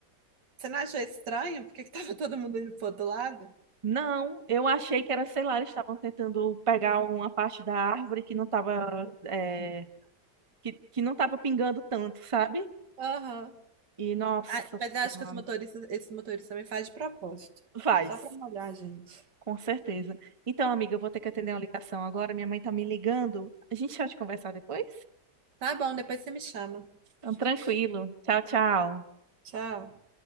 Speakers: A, on the right; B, on the right.
A: você não achou estranho? Porque que tava todo mundo indo pro outro lado?
B: Não, eu achei que era, sei lá, eles estavam tentando pegar uma parte da árvore que não tava, é, que, que não tava pingando tanto, sabe?
A: Aham.
B: E nossa
A: Ah, mas eu
B: senhora.
A: acho que os motoristas, esses motoristas também fazem de propósito.
B: Faz,
A: Só pra molhar, a gente.
B: com certeza. Então, amiga, eu vou ter que atender uma ligação agora. Minha mãe tá me ligando. A gente pode conversar depois?
A: Tá bom, depois você me chama.
B: Então, tranquilo. Tchau, tchau.
A: Tchau.